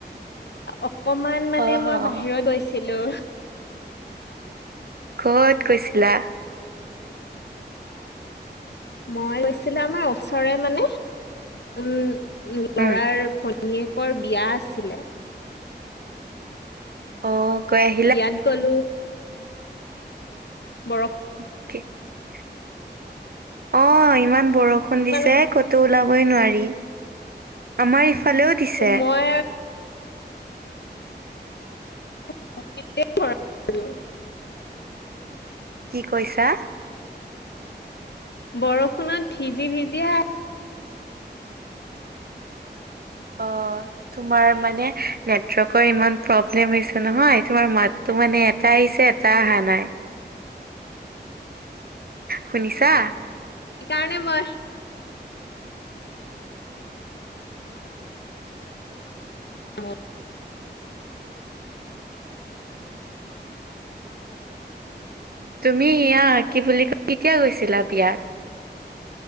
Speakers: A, on the left (about 70°); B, on the right (about 60°).
A: অকমান মানে
B: অ',
A: মই
B: অ'।
A: বাহিৰত গৈছিলো
B: ক'ত গৈছিলা
A: মই গৈছিলো আমাৰ ওচৰে মানে উম লৰাৰ
B: উম,
A: ভনী ভনীয়েকৰ বিয়া আছিলে
B: অ গৈ আ
A: বিয়াত গলো বৰ
B: <unintelligible> অ ইমান বৰষুণ
A: তোমালোকৰ
B: দিছে কতো ওলাবই নোৱাৰি আমাৰ ইফালেও দিছে
A: মই <unintelligible>
B: কি কৈছা?
A: বৰষুণত ভিজি ভিজি আহ
B: অ তোমাৰ মানে নেটৱৰ্কৰ ইমান প্ৰব্লেম হৈছে নহয় তোমাৰ মাততো মানে এটা আহিছে, এটা তাই অহা নাই শুনিছা?
A: ইকাৰণে মই মট
B: তুমি ইয়া কি বুলি কয় কেতিয়া গৈছিলা বিয়াত?